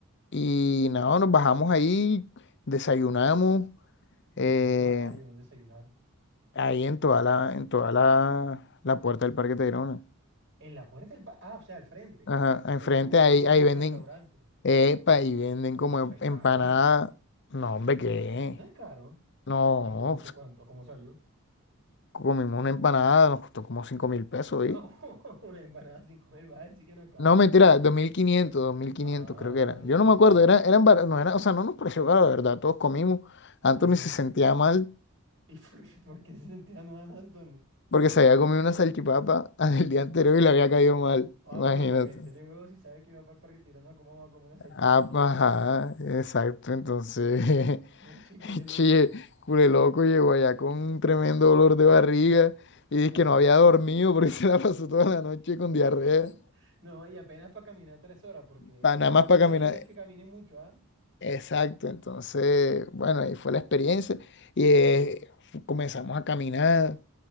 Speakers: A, on the left (about 55°); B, on the right (about 55°).
A: y nada, nos bajamos ahí, desayunamos,
B: ¿Dónde
A: eh,
B: se bajaron y dónde desayunaron?
A: ahí en toda la, en toda la, la puerta del Parque Tayrona.
B: En la puerta del bar. Ah, o sea, al frente.
A: Ajá, enfrente
B: Que hay como
A: ahí,
B: unos
A: ahí venden,
B: restaurantes.
A: epa, ahí venden
B: No,
A: como
B: pero eso es caro.
A: empanada. No, hombre, ¿qué?
B: No es caro.
A: No,
B: ¿Y cómo, cuánto, cómo salió?
A: comimos una empanada, nos costó como cinco mil pesos,
B: <laughs>
A: ¿y?
B: Una empanada sin comer, vale, sí que no es caro.
A: No, mentira, dos dos mil quinientos dos mil quinientos
B: Ah,
A: creo que
B: vaya,
A: era.
B: sí,
A: Yo no me
B: sí,
A: acuerdo,
B: porque...
A: era, eran bar- no era, o sea, no nos pareció caro, la verdad, todos comimos. Anthony
B: Ujú.
A: se sentía mal
B: <laughs> ¿Y por qué, por qué se sentía mal, Anthony?
A: porque se había comido una salchipapa <laughs> el día anterior y le había caído mal,
B: Ah,
A: imagínate.
B: pero también tiene huevos y sabe que va para el Parque Tirano cómo va a comer una salchipapa
A: Ah,
B: el día
A: ajá,
B: <laughs> anterior.
A: exacto, entonces,
B: Es chicule
A: <laughs>
B: loco.
A: chile cule loco llegó allá con un tremendo dolor de barriga y dice
B: Ajá.
A: que no había dormido porque <laughs> se la pasó toda la noche con diarrea.
B: <laughs> No, y apenas para caminar tres horas, porque
A: Pa-
B: el
A: nada
B: gordo
A: más para
B: es que
A: caminar,
B: no es que camine mucho, ¿ah?
A: Exacto, entonces, bueno, ahí fue la experiencia y eh, fu- comenzamos a caminar.